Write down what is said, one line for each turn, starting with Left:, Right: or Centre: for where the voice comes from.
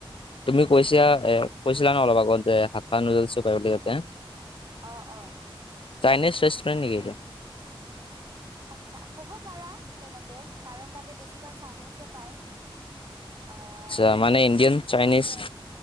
Left: তুমি কৈছা এ কৈছিলা ন অলপ আগত যে শাকখা নুজল চপাই বুলি তাতে।
Right: অ অ।
Left: চাইনিজ ৰেষ্টৰেণ্টেকেইয়া?
Right: আচ্ছা কব পাৰা তেনেকে কাৰণ তাতে বেছিভাগ চাইনিজে পায়। অ
Left: আচ্ছা
Right: বহুত
Left: মানে ইণ্ডিয়ান
Right: খিনিয়ে
Left: চাইনিজ
Right: মানে